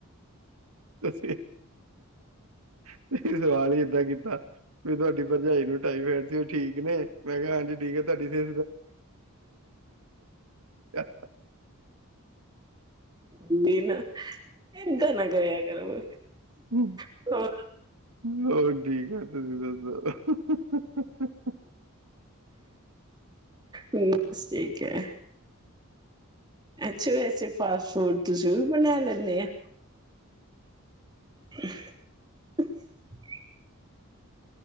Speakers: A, on the right; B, on the right.
A: ਤੁਸੀ ਤੁਸੀਂ ਸਵਾਲ ਈ ਏਦਾਂ ਕੀਤਾ, ਵੀ ਤੁਆਡੀ ਪਰਜਾਈ ਨੂੰ ਟਾਈਫੇਡ ਠੀਕ ਨੇ ਮੈਂ ਕਿਹਾ ਐਜ ਠੀਕ ਹ ਤੁਹਾਡੀ ਤੇ। ਹਾ।
B: ਮੇਰੇ ਨਾਲ ਐਦਾ ਨਾ ਕਰਿਆ ਕਰੋ।
A: ਹੂੰ।
B: ਹਾਂ।
A: ਮੈਂ ਠੀਕ ਆ, ਤੁਸੀਂ ਦੱਸੋ?
B: ਬਸ ਠੀਕ ਐ, ਅੱਛਾ, ਵੈਸੇ ਫਾਸਟ ਫੂਡ ਤੁਸੀਂ ਵੀ ਬਣਾ ਲੈਂਦੇ ਹਾ। ਹਾਂ।